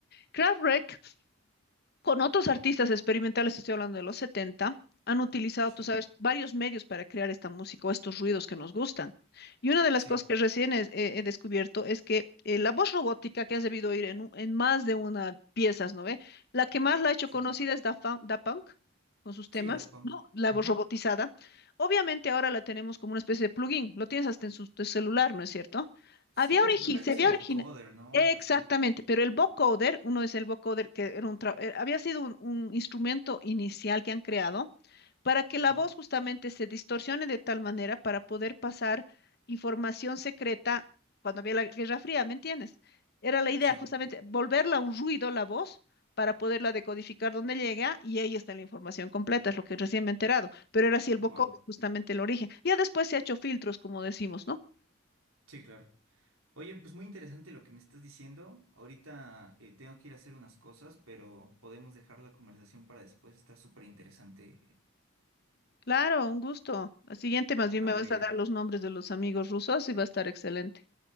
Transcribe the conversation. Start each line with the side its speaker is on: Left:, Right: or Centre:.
Left: Kraftwerk con otros artistas experimentales, estoy hablando de los 70, han utilizado,
Right: Sí,
Left: tú sabes, varios medios para crear esta música o estos ruidos que nos gustan. Y una de las
Right: sí,
Left: cosas que recién es- he, he descubierto es que eh, la voz robótica que has debido oír en, u- en más de una piezas, ¿no ve? La que más la ha hecho
Right: sí.
Left: conocida es Da Fun- Da Punk, con sus temas,
Right: Sí, Daft Punk.
Left: ¿no? La
Right: Ujú.
Left: voz robotizada. Obviamente ahora la tenemos como una especie de plugin, lo tienes hasta en su tu celular, ¿no es cierto?
Right: Sí,
Left: Había origi-
Right: me parece
Left: se
Right: que
Left: había
Right: es el vocoder, ¿no?
Left: Exactamente,
Right: Algo así.
Left: pero el vocoder, uno es el vocoder que era un tra- eh, había sido un, un instrumento inicial que han creado para que la
Right: Ujú.
Left: voz justamente se distorsione de tal manera para poder pasar información secreta cuando había la Guerra Fría, ¿me entiendes? Era la idea
Right: Sí,
Left: justamente volverla un ruido la voz para poderla decodificar donde llega y ahí está la información completa, es lo que recién me he enterado, pero era así el
Right: wow.
Left: vocoder, justamente el origen. Ya después se ha hecho filtros, como decimos, ¿no?
Right: Sí, claro. Oye, pues muy interesante lo que me estás diciendo. Ahorita eh, tengo que ir a hacer unas cosas, pero podemos dejar la conversación para después. Está súper interesante.
Left: Claro, un gusto. La siguiente más bien
Right: Vale,
Left: me vas a dar los nombres de los amigos rusos y va a estar excelente.